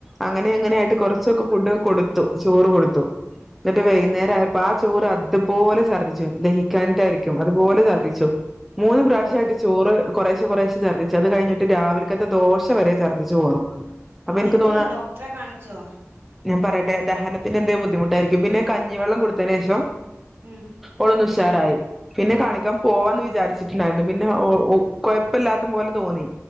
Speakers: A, in the centre; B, on the right.
A: അങ്ങനെ ഇങ്ങനെയായിട്ട്
B: ഉം
A: കൊറൊച്ചൊക്കെ ഫുഡും കൊടുത്തു. ചോറ് കൊടുത്തു. ത്ട്ട്
B: അതെ
A: വൈകുന്നേരം ആയപ്പോ ആ ചോറ് അത് പോലെ ചർദ്ധി ച്ചു ദഹിക്കാനിട്ടായിരിക്കും അതുപോലെ ചർദിച്ചു
B: ഉം
A: മൂന്നും പ്രാവശ്യായിട്ട്
B: ഓഹ്
A: ചോറ് കുറേശെ കുറേശെ ചർദിച്ചു അത് കഴിഞ്ട്ട് രാവിൽകത്തെ ദോശ വരെ ഛർദ്ദിച്ചു പോന്നു അപ്പൊ
B: അതെ
A: എനിക്ക്
B: എന്നിട്ട്
A: തോന്നാ
B: ഡോക്ടറെ കാണിച്ചോ
A: ഞാൻ പറെട്ടെ <unintelligible> ദഹനത്തിന് എന്തേം
B: ഉം
A: ബുദ്ധിമുട്ടായിരിക്കും പിന്നെ കഞ്ഞിവെള്ളം കൊട്തെന് ശേഷം
B: ഉം
A: ഒളൊന്ന് സ് ത്താറായി പിന്നെ കാണിക്കാൻ പോവാന്ന്‌ വിചാരിച്ചിട്ട്ണ്ടായിര്ന്ന് പിന്നെ ഓ കൊഴപ്പല്ലാത്ത പോലെ തോന്നി